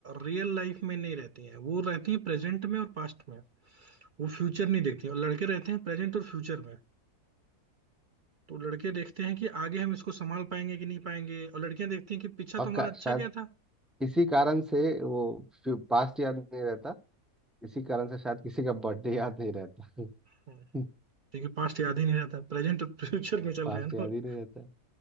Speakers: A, on the right; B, in the centre.
A: रियल लाइफ में नहीं रहती हैं वो रहती हैं प्रेजेंट में और पास्ट में वो फ्यूचर नहीं देखती हैं और लड़के रहते हैं प्रेजेंट और फ्यूचर में तो लड़के देखते हैं कि आगे हम इसको संभाल पाएंगे कि नहीं पाएंगे और लड़कियां देखती हैं कि पीछा तो
B: और
A: हमारा
B: का,
A: अच्छा
B: शायद
A: गया था
B: इसी कारण से वो पास्ट याद नहीं रहता इसी कारण से शायद किसी का बर्थडे याद नहीं रहता
A: हम्म।
B: <laughs>
A: क्योंकि पास्ट याद ही नहीं रहता प्रेजेंट फ्यूचर में चल
B: पास्ट
A: रहे हैं ना
B: याद
A: और
B: ही नहीं रहता